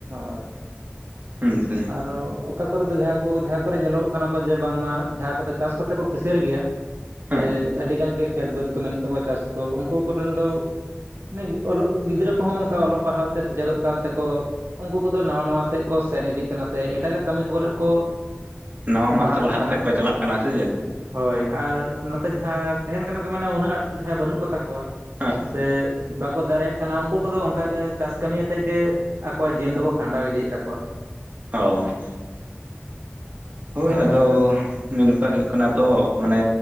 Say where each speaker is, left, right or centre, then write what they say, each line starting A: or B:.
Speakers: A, on the right; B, on the right.
A: ᱦᱳᱭ
B: ᱦᱮᱸ ᱥᱮᱸ
A: ᱟᱨᱚ ᱚᱠᱟ ᱠᱚᱨᱮ ᱫᱚ ᱡᱟᱦᱟᱸ ᱠᱚ ᱡᱟᱦᱟᱸ ᱠᱚᱨᱮ ᱧᱮᱞᱚᱜ ᱠᱟᱱᱟ ᱠᱚ ᱡᱮ ᱵᱟᱝᱢᱟ ᱡᱟᱦᱟᱸ ᱠᱚᱫᱚ ᱪᱟᱥ ᱠᱚ ᱠᱟᱛᱮ ᱠᱚ ᱠᱤᱥᱟᱹᱲ ᱜᱮᱭᱟ ᱥᱮ
B: ᱦᱮᱸ
A: ᱟᱹᱰᱤᱜᱟᱱ ᱜᱮ ᱠᱷᱮᱛ ᱵᱟᱹᱫᱽ ᱠᱚ ᱢᱮᱱᱟᱜ ᱛᱟᱠᱚᱣᱟ ᱪᱟᱥ ᱠᱚ ᱩᱱᱠᱩ ᱠᱚᱨᱮᱱ ᱫᱚ ᱢᱮ ᱚᱞᱚᱜ ᱜᱤᱫᱽᱨᱟᱹ ᱠᱚᱦᱚᱸ ᱚᱱᱠᱟ ᱚᱞᱚᱜ ᱯᱟᱲᱦᱟᱣ ᱛᱮ ᱥᱮᱪᱮᱫᱚᱜ ᱠᱟᱱ ᱛᱮᱠᱚ ᱩᱱᱠᱩ ᱠᱚᱫᱚ ᱱᱟᱶᱟ ᱱᱟᱶᱟ ᱥᱮᱫ ᱠᱚ ᱥᱮᱱ ᱤᱫᱤᱜ ᱠᱟᱱᱟ ᱥᱮ ᱮᱴᱟᱜᱟᱜ ᱠᱟᱹᱢᱤ ᱠᱚᱨᱮ ᱠᱚ
B: ᱱᱟᱶᱟ
A: ᱵᱟᱦᱟᱞᱚᱜ
B: ᱢᱟᱨᱥᱟᱞ ᱰᱟᱦᱟᱨ
A: ᱠᱟᱱᱟ
B: ᱥᱮᱫ ᱠᱚ ᱪᱟᱞᱟᱜ ᱠᱟᱱᱟ ᱥᱮ?
A: ᱦᱳᱭ ᱟᱨ ᱱᱚᱛᱮ ᱡᱟᱦᱟᱸ ᱛᱟᱦᱮᱱ ᱠᱟᱱᱟ ᱠᱚ ᱢᱮᱟᱱᱮ ᱩᱱᱟᱹᱜ ᱟᱸᱴ ᱫᱚ ᱡᱟᱦᱟᱸᱭ ᱵᱟᱹᱱᱩᱜ ᱠᱚᱛᱟ ᱠᱚᱣᱟ᱾
B: ᱦᱮᱸ
A: ᱥᱮ ᱵᱟᱠ ᱠᱚ ᱫᱟᱲᱮᱭᱟᱜ ᱠᱟᱱᱟ ᱩᱱᱠᱩ ᱠᱚᱫᱚ ᱚᱱᱠᱟᱜ ᱪᱟᱥ ᱠᱟᱹᱢᱤᱭᱟᱛᱮᱫ ᱜᱮ ᱟᱠᱚᱣᱟᱜ ᱡᱤᱭᱚᱱ ᱫᱚᱠᱚ ᱠᱷᱟᱸᱰᱟᱣ ᱤᱫᱤᱭᱮᱫ ᱛᱟᱠᱚᱣᱟ᱾
B: ᱦᱚᱣ ᱦᱳᱭ
A: ᱟᱨ
B: ᱟᱫᱚ ᱢᱮᱱ ᱵᱮᱯᱟᱨ ᱦᱩᱭᱩᱜ ᱠᱟᱱᱟ ᱛᱚ ᱢᱟᱱᱮ